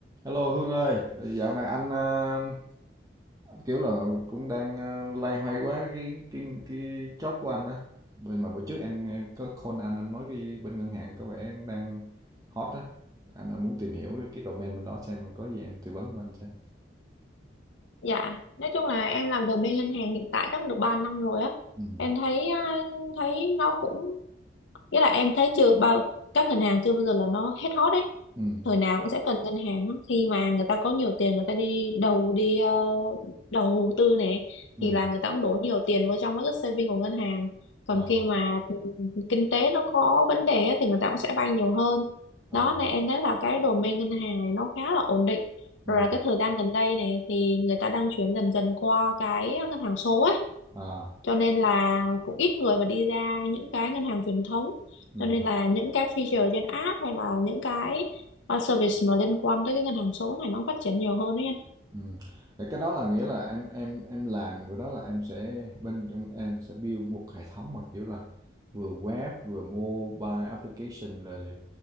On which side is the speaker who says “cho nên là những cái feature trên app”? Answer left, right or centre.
Left